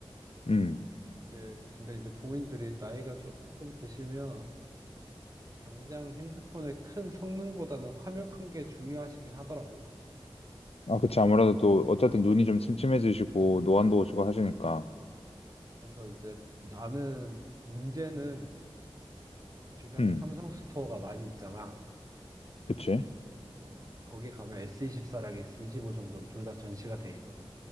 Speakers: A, on the left (about 80°); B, on the right (about 35°).
A: 음.
B: 이제 근데 이제 부모님들이 나이가 조금 드시면 당장 핸드폰의 큰 성능보다는 화면 큰 게 중요하시긴 하더라고.
A: 아, 그치. 아무래도 또, 어쨌든 눈이 좀 침침해지시고, 노안도
B: 음.
A: 오시고 하시니까.
B: 그래서 이제 나는 인제는 주변에
A: 음,
B: 삼성 스토어가 많이 있잖아.
A: 그치.
B: 어, 거기 가면 S24랑 S25 정도는 둘 다 전시가 돼 있거든.